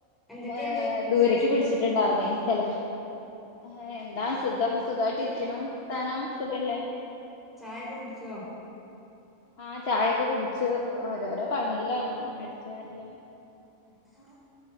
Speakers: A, in the centre; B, on the left.
A: എന്തൊക്കെയുണ്ട്
B: ഏഹ്
A: വിശേഷങ്ങളൊക്കെ
B: ദൂരക്ക് പിടിച്ചിട്ടുണ്ടാർന്നേ <unintelligible> ആഹ് എന്താ സുഖം സുഖായിട്ട് ഇരിക്കുന്നു ർത്താനം സുഖല്ലേ
A: ചായൊക്കെ കുടിച്ചോ?
B: ആഹ് ചായൊക്കെ കുടിചു ഓരോരോ പണിയിലണ് അടിച്ചുവാരല
A: എത്താ